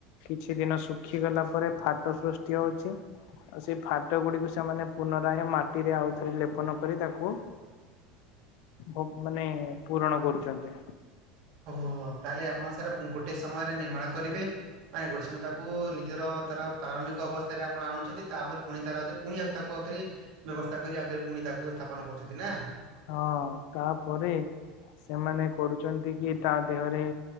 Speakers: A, on the left; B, on the right.
A: କିଛି ଦିନ ଶୁଖିଗଲା ପରେ ଫାଟ ସୃଷ୍ଟି ହଉଛି। ଆଉ ସେଇ ଫାଟ ଗୁଡିକୁ ସେମାନେ ପୁନରାଗ ମାଟିରେ ଆଉ ଥରେ ଲେପନ କରି ତାକୁ ଭୋ ମାନେ ପୂରଣ କରୁଛନ୍ତି।
B: ଓହୋ ହୋ ତାଲେ ଆପଣ ସାର୍ ଗୋଟେ ସମୟରେ ନିର୍ମାଣ କରିବେ। ମାନେ ଗୋଟେ ସମ ତାକୁ ନିଜର ତାର ପ୍ରାରମ୍ଭିକ ଅବସ୍ଥାରେ ଆପଣ ଆଣୁଚନ୍ତି, ତାପରେ ପୁଣି ତାର ପୁଣି ତାକୁ ଆଉଥରେ ବ୍ୟବସ୍ଥା କରି ଆଉଥରେ ପୁଣି ତାକୁ ସ୍ଥାପନ କରୁଚନ୍ତି ନା।
A: ହଁ ତାପରେ ସେମାନେ କରୁଚନ୍ତି କି ତା ଦେହରେ